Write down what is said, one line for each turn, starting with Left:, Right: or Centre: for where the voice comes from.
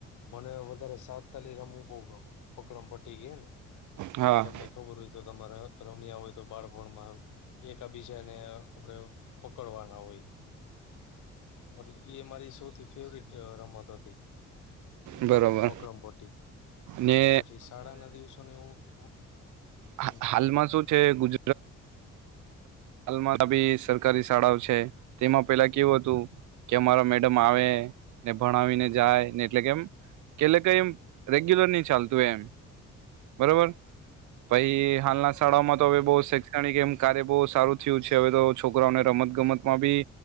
Left: મને વધારે સાથ તલી રમવું બહુ ગમે પકડમ પટી કે ને
Right: હા
Left: તમને. ખબર હોય તો તમારા રમ્યા હોય તો બાળપણમાં એકા બીજા ને આપડે. પકડવાના હોય એટલે એ મારી સૌથી ફેવરિટ અ રમત હતી
Right: બરોબર
Left: પકડમ પટ્ટી.
Right: ને
Left: પછી શાળા ના દિવસોની હું.
Right: હા
Left: હમ હમ
Right: હાલમાં શું છે ગુજ. હાલમાં બી સરકારી શાળાઓ છે તેમાં પેલા કેવું હતું કે અમારા મેડમ આવે ને ભણાવીને જાય ને એટલે કેમ કેલે કયમ રેગ્યુલર નહી ચાલતું એમ. બરોબર પછી હાલના શાળાઓમાં
Left: હમ
Right: તો હવે
Left: હમ
Right: બહુ શૈક્ષણિક એમ કાર્ય બહુ સારું થયું છે. હવે તો છોકરાઓને રમત ગમતમાં બી